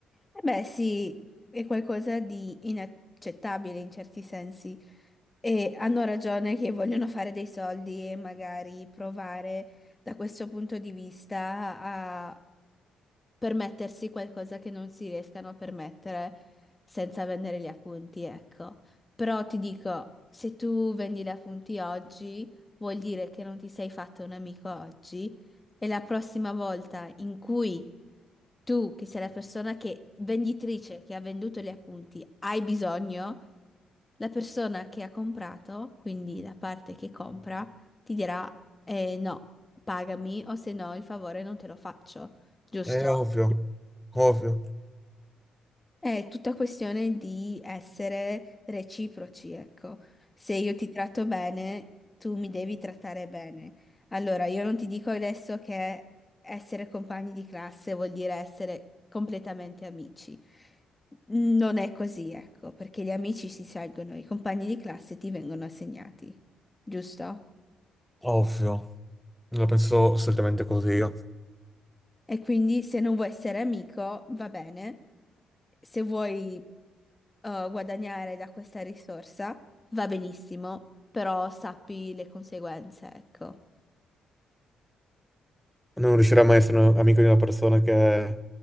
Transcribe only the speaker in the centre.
È ovvio, ovvio,
ovvio. Non la penso assolutamente così io.
Non riuscirò mai a essere un amico di una persona che